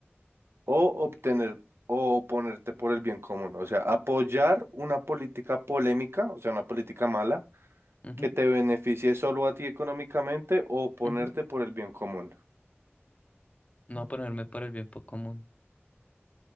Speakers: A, on the right; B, on the left.
A: O obtener o oponerte por el bien común, o sea, apoyar una política polémica, o sea, una política mala,
B: Ujú,
A: que te beneficie solo a ti económicamente o oponerte
B: ujú.
A: por el bien común.
B: No ponerme por el bien po- común.